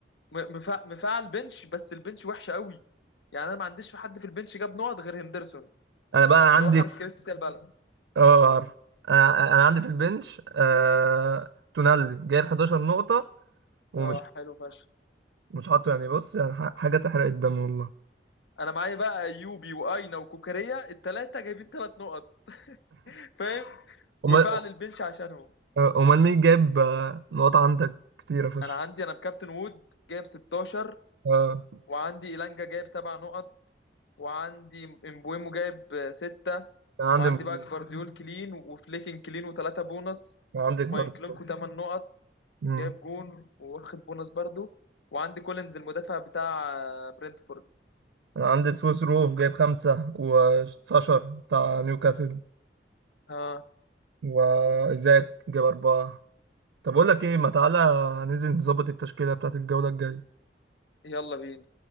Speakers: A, on the left; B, on the right.
A: م- مفع- مفعل بنش بس البنش وحشه قوي يعني انا ما عنديش في حد في البنش جاب نقط غير هندرسون
B: انا بقى
A: اللي
B: عندي
A: هو حارس كريستال بالاس
B: اه عارف انا انا عندي في البنش آه... تونالي جايب 11 نقطه ومش
A: اه حلو فشخ
B: مش حاطه يعني بص يعني ح- حاجة تحرق الدم والله
A: انا معايا بقى ايوبي واينا وكوكاريا الثلاثه جايبين ثلاث نقط فاهم
B: أمال
A: مفعل البنش عشانهم
B: آه، أمال مين جايب آه، نقط عندك كتيرة فشخ
A: انا عندي انا بكابتن وود جايب 16
B: اه
A: وعندي إيلانجا جايب سبع نقط وعندي امبويمو جايب آه، ستة
B: كان عندي
A: وعندي
B: مبليو
A: بقى جفارديول كلين وفليكن كلين وثلاثة بونص
B: كان عندك
A: وماينكلونكو
B: برضه
A: تمن نقط
B: أمم.
A: جايب جون واخد بونص برضو وعندي كولينز المدافع بتاع آه، برنتفورد
B: أنا عندي سويس رو جايب خمسة وساشر بتاع نيوكاسل
A: ها
B: وإيزاك جايب أربعة طب أقول لك إيه ما تعالى ننزل نظبط التشكيلة بتاعت الجولة الجاية
A: يلا بينا